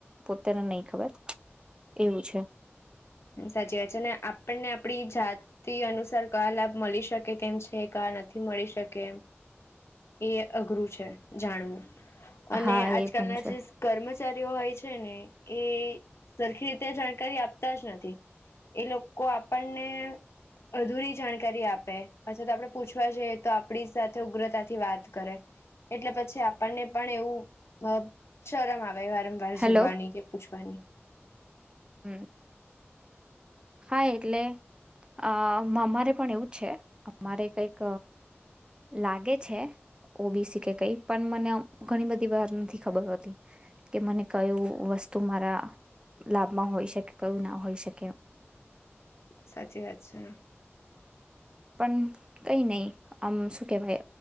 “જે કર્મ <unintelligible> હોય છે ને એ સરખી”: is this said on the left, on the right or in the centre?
Left